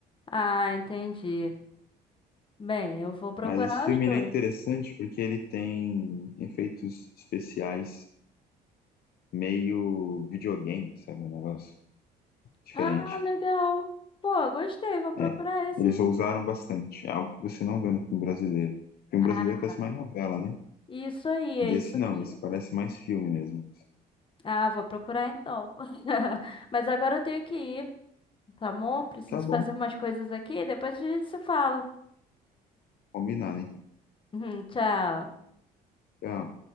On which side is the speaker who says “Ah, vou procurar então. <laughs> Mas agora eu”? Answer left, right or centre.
Left